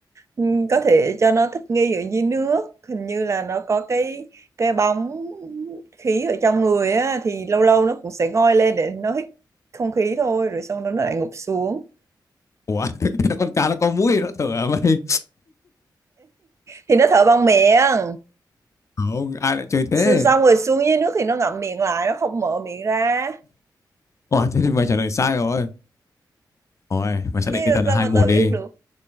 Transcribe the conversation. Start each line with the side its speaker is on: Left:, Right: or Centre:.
Right: ừm, có thể cho nó thích nghi ở dưới nước hình như là nó có cái cái bóng khí ở trong người á thì lâu lâu nó cũng sẽ ngoi lên để nó hít không khí thôi rồi xong đó nó lại ngụp xuống
Left: ủa <laughs> con cá nó có mũi nó thở à mày
Right: thì nó thở bằng miệng
Left: <laughs> không ai lại chơi thế
Right: Xong xong rồi xuống dưới nước thì nó ngậm miệng lại nó không mở miệng ra
Left: ủa thế thì mày trả lời sai rồi rồi mày xác định
Right: chứ
Left: tinh thần
Right: làm
Left: là
Right: sao
Left: hai
Right: mà
Left: một
Right: tao
Left: đi
Right: biết được